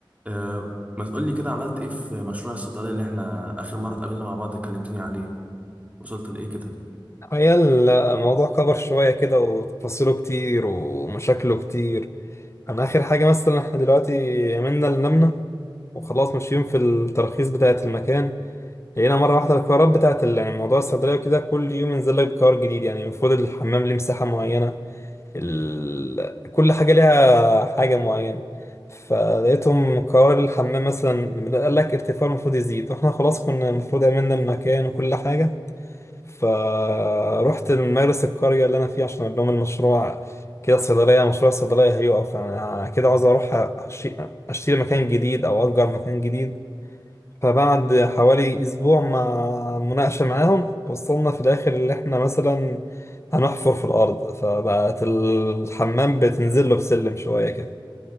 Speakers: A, on the right; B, on the left.
A: أه ما تقول لي كده عملت ايه في مشروع الصيدلية اللي احنا اخر مرة اتقابلنا مع بعض اتكلمتني عليه وصلت لايه كده
B: هي الموضوع كبر شوية كده وتفاصيله كتير ومشاكله كتير أنا آخر حاجة مثلا إحنا دلوقتي عملنا اللي نمنا وخلاص ماشيين في التراخيص بتاعة المكان لقينا مرة واحدة القرارات بتاعة ال- يعني موضوع الصيدلية وكده كل يوم ينزل لك قرار جديد يعني المفروض الحمام ليه مساحة معينة ال... كل حاجة ليها حاجة معينة فلقيتهم قرار الحمام مثلا قال لك ارتفاع المفروض يزيد واحنا خلاص كنا المفروض عملنا المكان وكل حاجة فروحت المدرسة القرية اللي أنا فيها عشان أقول لهم المشروع كده صيدلية مشروع الصيدلية هيقف أنا كده عاوز أروح أشي- أشتري مكان جديد أو أجر مكان جديد فبعد حوالي أسبوع مع مناقشة معاهم وصلنا في الآخر اللي إحنا مثلا هنحفر في الأرض فبقت الحمام بتنزل له بسلم شوية كده